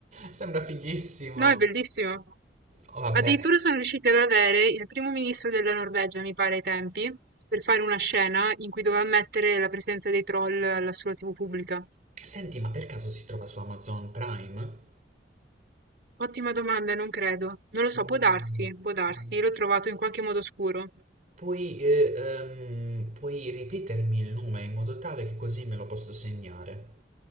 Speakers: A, on the right; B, on the right.
A: sembra fighissimo.
B: No, è bellissimo.
A: Oh, vabbè.
B: Addirittura sono riusciti ad avere il primo ministro della Norvegia, mi pare ai tempi, per fare una scena in cui doveva ammettere la presenza dei troll alla sua TV pubblica.
A: Senti, ma per caso si trova su Amazon Prime?
B: Ottima domanda, non credo. Non lo so,
A: Mh,
B: può darsi, può darsi,
A: mh.
B: l'ho trovato in qualche modo oscuro.
A: Puoi, eh, ehm, puoi ripetermi il nome in modo tale che così me lo posso segnare.